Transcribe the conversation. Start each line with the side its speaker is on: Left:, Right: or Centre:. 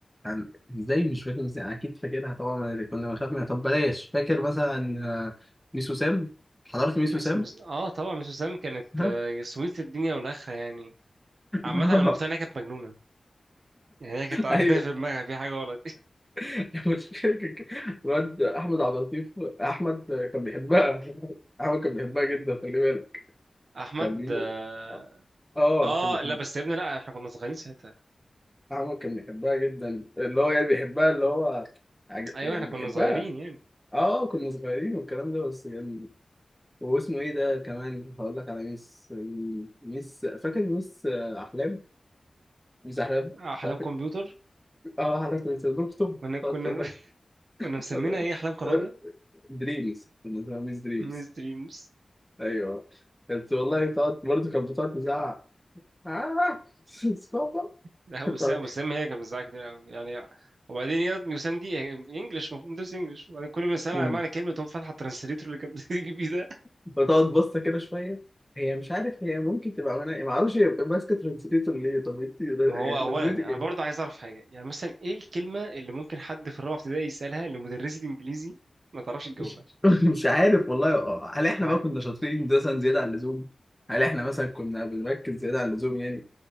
Centre: يعني ازاي مش فاكر ازاي أنا اكيد فاكرها طبعا أنا كنا بنخاف منها طب بلاش فاكر مثلا آه، ميس وسام حضرت ميس
Right: مس
Centre: وسام
Right: مس اه طبعا مس وسام كانت
Centre: <laughs>
Right: آه، يا سويت الدنيا والاخره يعني عامه
Centre: اه
Right: انا مقتنع انها كانت مجنونه يعني هي كانت تعبانه
Centre: ايوه
Right: في دماغها في حاجه غلط
Centre: المشكله كان كده. الواد احمد عبد اللطيف احمد كان بيحبها احمد كان بيحبها جدا خلي بالك
Right: <laughs> احمد
Centre: كان بيقول-
Right: اه
Centre: اه
Right: آه،
Centre: كان بيحب
Right: لا بس يا ابني لا احنا كنا صغيرين ساعتها
Centre: احمد كان بيحبها جدا اللي هو يعني بيحبها اللي هو عج...
Right: ايوه
Centre: يعني
Right: احنا كنا
Centre: بيحبها
Right: صغيرين يعني
Centre: اه كنا صغيرين والكلام ده بس كان واسمه ايه ده كمان هقول لك على ميس ميس فاكر ميس احلام ميس احلام
Right: احلام
Centre: بتاعتك
Right: كمبيوتر
Centre: اه حضرتك كنت بتكتب
Right: كنا كنا
Centre: تقعد تقول
Right: <laughs> كنا مسمينها
Centre: لك
Right: ايه احلام كراويه
Centre: <laughs> دريمز كنا اسمها ميس دريمز
Right: مس دريمز
Centre: ايوه كانت والله تقعد برضه كانت بتقعد تزعق آه. <laughs> بابا
Right: لا وسام
Centre: تقعد-
Right: وسام هي كانت بتزعق كتير أوي. يعني وبعدين يا وسام دي انجلش المفروض ندرس انجلش وبعدين كل ما اسالها
Centre: مم.
Right: على معنى كلمه تقوم فاتحه الترانسليتور اللي كانت <laughs> بتيجي بيه ده
Centre: بتقعد بصة كده شوية هي مش عارف هي ممكن تبقى مناقي ما اعرفش هي ماسكة ترانسليتور ليه طب انت
Right: ما هو
Centre: يعني
Right: اولا
Centre: لازمتك
Right: انا
Centre: ايه؟
Right: برضه عايز اعرف حاجه يعني مثلا ايه الكلمه اللي ممكن حد في الرابعه ابتدائي يسالها لمدرسه انجليزي ما تعرفش تجاوبها
Centre: مش <laughs> مش عارف والله هل احنا
Right: حوالي-
Centre: بقى كنا شاطرين مثلا زيادة عن اللزوم؟ هل احنا مثلا كنا بنركز زيادة عن اللزوم يعني؟